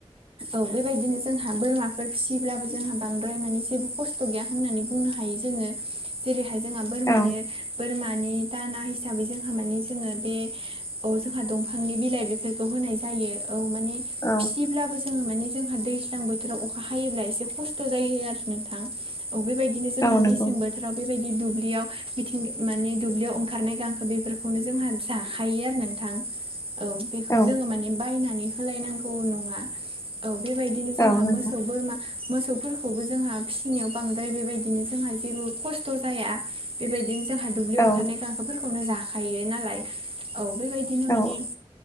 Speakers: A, on the right; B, on the left.
A: औ बेबायदिनो जोंहा बोरमाफोर फिसियोब्लाबो जोंहा बांद्राय माने जेबो खस्थ' गैया होननानै बुंनो हायो जोङो। जेरैहाय जोंहा बोरमानो
B: औ
A: बोरमानि दाना हिसाबै जोंहा माने जोङो बे औ जोंहा दंफांनि बिलाइ बेफोरखौ होनाय जायो औ माने
B: औ
A: ब्लाबो जोङो माने जोंहा दैज्लां बोथोराव अखा हायोब्ला एसे खस्थ' जायो आरो नोंथां‌। औ बेबायदिनो जोंहा
B: औ नंगौ
A: मेसें बोथोराव बेबायदि दुब्लियाव मिथिं माने दुब्लियाव ओंखारनाय गांखो बेफोरखौनो जोंहा जाखायो आरो नोंथां। औ बेखौ
B: औ
A: जोङो माने बायनानै होलायनांगौ नङा। औ बेबायदिनो
B: औ
A: जोंहा
B: नोंथां
A: मोसौ बोरमा मोसौफोरखौबो जोंहा फिसिनायाव बांद्राय बेबायदिनो जोंहा जेबो खस्थ' जाया। बेबायदिनो जोंहा दुब्लियाव
B: औ
A: ओंखारनाय गांसोफोरखौनो जाखायो नालाय। औ बेबायदिनो
B: औ
A: माने